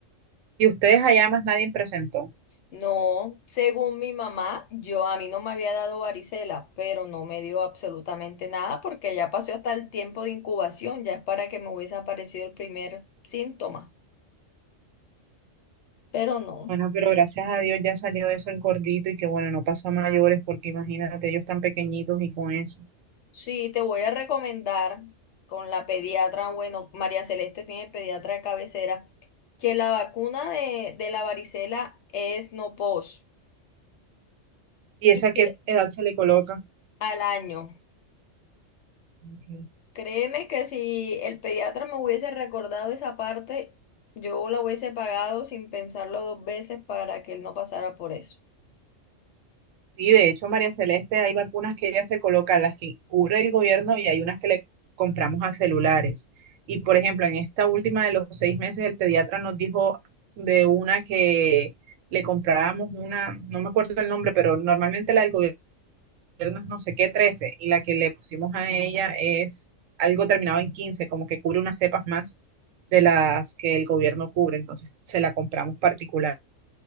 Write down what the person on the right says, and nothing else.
Y ustedes allá más nadie presentó.
Bueno, pero gracias a Dios ya salió de eso el gordito y que bueno, no pasó a mayores porque imagínate, ellos tan pequeñitos y con eso.
¿Y esa
qué
edad se le coloca?
Ok.
Sí, de hecho, María Celeste, hay vacunas que ella se colocan, las que cubre el gobierno y hay unas que le compramos a celulares. Y por ejemplo, en esta última de los seis meses, el pediatra nos dijo de una que le comprábamos una, no me acuerdo el nombre, pero normalmente la del gobierno es no sé qué, 13, y la que le pusimos a ella es algo terminado en 15, como que cubre unas cepas más de las que el gobierno cubre. Entonces, se la compramos particular